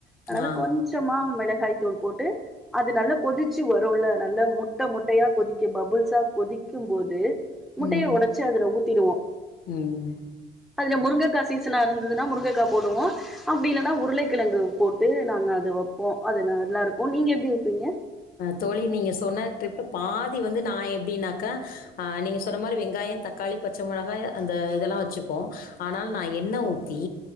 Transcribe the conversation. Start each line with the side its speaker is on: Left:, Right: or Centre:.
Centre: அதனால
Left: ஆ
Centre: கொஞ் கொஞ்சமா மிளகாய் தூள் போட்டு அது நல்லா கொதிச்சு வருல நல்லா முட்ட முட்டயா கொதிக்க பபுள்ஸா கொதிக்கும் போது முட்டயை
Left: ம்
Centre: ஒடச்சு அதுல ஊத்திடுவோ
Left: ம்
Centre: அதுல முருங்கைக்கா சீசனா இருந்ததுன்னா முருங்கைக்கா போடுவோ அப்படி இல்லன்னா உருளைக்கிழங்கு போட்டு நாங்க அது வைப்போ அது நல்லாருக்கு நீங்க எப்டி வைப்பீங்க
Left: தோழி நீங்க சொன்ன ட்ரிப் பாதி வந்து நா எப்டின்னாக்க நீங்க சொன்ன மாரி வெங்காய தக்காளி பச்ச மொளகா அந்த இதெல்லா வச்சுப்போ ஆனால் நா எண்ண ஊத்தி